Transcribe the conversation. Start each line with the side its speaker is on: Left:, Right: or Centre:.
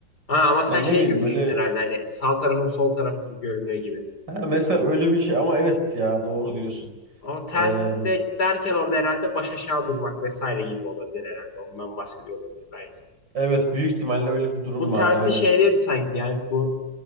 Left: Ha, ama sen
Right: Yani
Left: şey
Right: ne bileyim
Left: gibi düşün
Right: böyle
Left: herhalde hani sağ tarafım sol tarafı gibi görünüyor gibi.
Right: ha, mesela öyle bir şey ama evet ya doğru diyorsun.
Left: O ters
Right: Ee,
Left: de derken orada herhalde baş aşağı durmak vesaire gibi olabilir herhalde. Ondan bahsediyor olabilir belki.
Right: evet büyük ihtimalle öyle bir durum
Left: Bu tersi
Right: vardı aynen.
Left: şeydeydi sanki yani bu